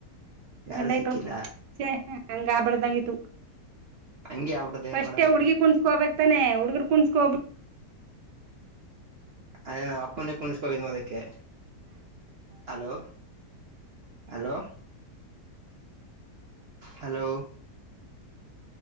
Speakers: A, on the right; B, on the right.
A: ಯಾರು
B: ಗಂಡಾಯಳಂಗ
A: ಸಿಕ್ಕಿಲ್ಲ
B: ಆಬಡ್ದಂಗ ತು
A: ಹಂಗೆ ಆಗ್ಬಿಟ್ಟದ
B: <inaudible> ಫರ್ಸ್ಟ್
A: ಏನ್ ಮಾಡವ
B: ಹುಡ್ಗಿ
A: ಈಗ
B: ಕುಣಸ್ಕೋಬೇಕಕ್ತಾನೆ ಹುಡ್ಗರ್ ಕುಣಸ್ಕೋಬ
A: ಅದೇ ನಾ್ ಅಪ್ಪನೇ ಕುಣಸ್ಕೋಗಿದ್ವಿ ಅದಕ್ಕೆ hello hello hello